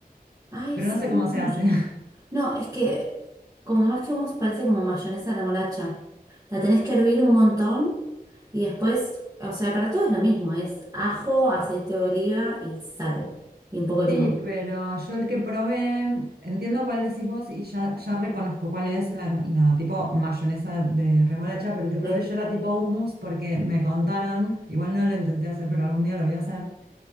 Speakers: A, on the right; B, on the right.
A: Ay,
B: Pero
A: sí.
B: no sé cómo se
A: la
B: hace.
A: mayonesa.
B: <laughs>
A: No, es que como que más que hummus parece como mayonesa a la molacha. La tenés que hervir un montón y después, o sea, para todo es lo mismo, es ajo, aceite de oliva y sal y un poco de
B: Sí,
A: limón.
B: pero yo el que probé, entiendo cuál decís vos y ya, ya reconozco cuál es la, la tipo mayonesa de remolacha, pero el que probé
A: Sí.
B: yo era tipo hummus porque me contaron, igual no lo intenté hacer, pero algún día lo voy a hacer